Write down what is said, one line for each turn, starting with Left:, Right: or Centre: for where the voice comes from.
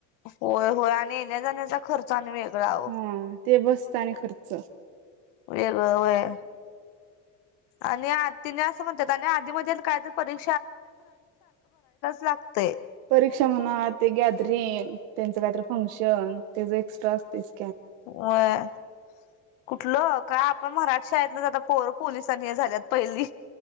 Left: होय होय आणि येण्या जाण्याचा खर् र्च आणि वेगळा आहो
Right: हा ते बस च आणि खर्च
Left: वेगळ व्हय आणि आत तिनी आस म्हणत्यात आणि आदी मदी काय त परी लागतंय
Right: परीक्षा म्हणा ते गॅदरिंग त्यांच काहीत फंक्शन तेच एक्स्ट्रा असतयच
Left: व्हय. कुठलं काय? आपल्या मराठी शाळेत आता पोर पोलिस आणि हे झाल्यात पहिली